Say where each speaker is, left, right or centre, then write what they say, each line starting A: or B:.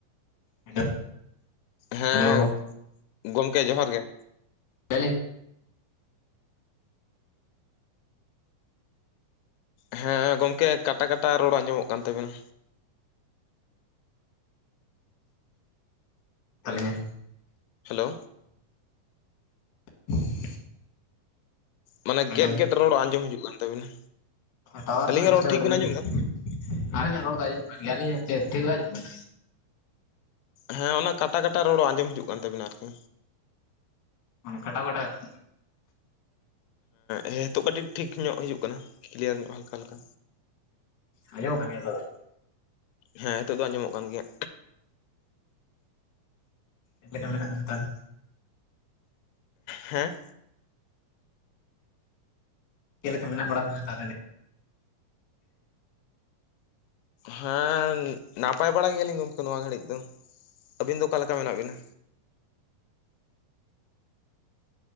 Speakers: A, on the left; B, on the left.
A: Hello
B: ᱦᱮᱸ,
A: ᱦᱮᱞᱳ
B: ᱜᱚᱢᱠᱮ ᱡᱚᱦᱟᱨ ᱜᱮ᱾
A: <unintelligible> <unintelligible>
B: ᱦᱮᱸ ᱜᱚᱢᱠᱮ, ᱠᱟᱴᱟ ᱠᱟᱴᱟ ᱨᱚᱲ ᱟᱸᱡᱚᱢᱚᱜ ᱠᱟᱱ ᱛᱟᱵᱤᱱᱟ᱾
A: ᱛᱟᱹᱞᱤᱧᱟ,
B: ᱦᱮᱞᱳ,
A: <unintelligible> <inaudible>
B: ᱢᱟᱱᱮ
A: ᱦᱮᱞᱳ
B: ᱜᱮᱫ-ᱜᱮᱫ ᱨᱚᱲ ᱟᱸᱡᱚᱢ ᱦᱤᱡᱩᱜ ᱠᱟᱱ ᱛᱟᱵᱤᱱᱟ?
A: ᱴᱟᱣᱟᱨ
B: ᱟᱹᱞᱤᱧᱟᱜ
A: ᱯᱟᱞᱮ ᱰᱤᱥᱴᱟᱵ
B: ᱨᱚᱲ ᱴᱷᱤᱠ
A: ᱮᱜ ᱛᱟᱵᱮᱱᱟ,
B: ᱵᱤᱱ ᱟᱸᱡᱚᱢ ᱮᱫᱟ
A: ᱟᱵᱮᱱᱟᱜ ᱨᱚᱲ ᱫᱚ ᱟᱡᱚᱢᱚᱜ ᱠᱟᱱ ᱜᱮᱭᱟ, ᱟᱹᱞᱤᱧᱟᱜ ᱪᱮᱫ ᱴᱷᱤᱡ ᱵᱟᱭ ᱟᱡᱚᱢᱚᱜ ᱠᱟᱱᱟ?
B: ᱦᱮᱸ ᱚᱱᱟ ᱠᱟᱴᱟ ᱠᱟᱴᱟ, ᱨᱚᱲ ᱟᱸᱡᱚᱢ ᱦᱤᱡᱩᱜ ᱠᱟᱱ ᱛᱟᱵᱤᱱᱟ ᱟᱨᱠᱤ?
A: ᱢᱟᱱᱮ ᱠᱟᱴᱟᱣ-ᱠᱟᱴᱟᱣ ᱛᱮ,
B: ᱦᱮᱸ ᱦᱮᱛᱳᱜ ᱠᱟᱹᱴᱤᱡ ᱴᱷᱤᱠ ᱧᱚᱜ ᱦᱤᱡᱩᱜ ᱠᱟᱱᱟ, ᱠᱞᱤᱭᱟᱨ ᱧᱚᱜ ᱦᱟᱞᱠᱟ, ᱦᱟᱞᱠᱟ᱾
A: ᱟᱸᱡᱚᱢᱚᱜ ᱠᱟᱱ ᱜᱮᱭᱟ ᱛᱚ ᱵᱟᱝ?
B: ᱦᱮᱸ ᱦᱮᱛᱳᱜ ᱫᱚ, ᱟᱸᱡᱚᱢᱚᱜ ᱠᱟᱱ ᱜᱮᱭᱟ᱾
A: ᱪᱮᱫ ᱞᱮᱠᱟ ᱢᱮᱱᱟᱜ ᱵᱤᱱᱟ, ᱛᱟᱦᱚᱞᱮ?
B: ᱦᱮᱸ,
A: ᱪᱮᱫ ᱞᱮᱠᱟ ᱢᱮᱱᱟᱜ ᱵᱟᱲᱟ ᱵᱮᱱᱟ, ᱛᱟᱦᱚᱞᱮ ᱞᱟᱹᱭᱵᱮᱱ?
B: ᱦᱮᱸ, ᱱᱟᱯᱟᱭ ᱵᱟᱲᱟ ᱜᱮᱭᱟᱞᱤᱧ ᱜᱚᱢᱠᱮ ᱱᱚᱣᱟ ᱜᱷᱟᱹᱲᱤᱡ ᱫᱚ, ᱟᱹᱵᱤᱱ ᱫᱚ ᱚᱠᱟ ᱞᱮᱠᱟ ᱢᱮᱱᱟᱜ ᱵᱤᱱᱟ?